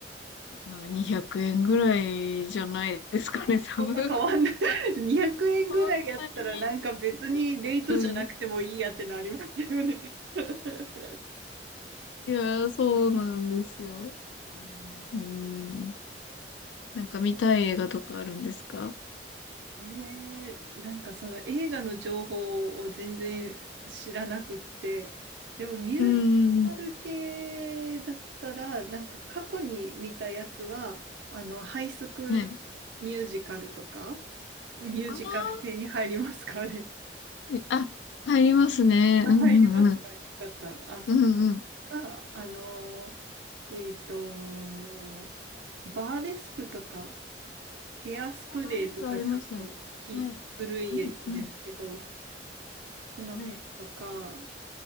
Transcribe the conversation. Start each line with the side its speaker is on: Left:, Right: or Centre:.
Left: なんか200円ぐらいじゃないですかね、
Right: あーそんな変わんない。
Left: 多分。なんか
Right: <laughs> 200円ぐらいやったら、
Left: そんなに
Right: なんか別にレイトじゃなくてもいいやってなりますよね。
Left: うん。い
Right: <laughs>
Left: やー、そうなんですよ。
Right: うん
Left: うん。なんか見たい映画とかあるんですか
Right: えー、なんかその映画の情報を全然知らなくって、でもミュージカル系だったら、
Left: うん。
Right: なんか過去に見たやつは、あの、ハイスクールミュージカルとか、
Left: はい。
Right: ミュージカル系に入りますかね。
Left: あー、あ、入りますね。
Right: あ、
Left: うんうんうん。
Right: 入りますか。よかった。あ、
Left: うんうん。
Right: あ、あのーえっと、バーデスクとか、ヘアスプレーとか、
Left: あ、バリフクありましたね。
Right: ちょっとひ古いんですけど、
Left: はい。うんうん。
Right: その辺とか、
Left: はい。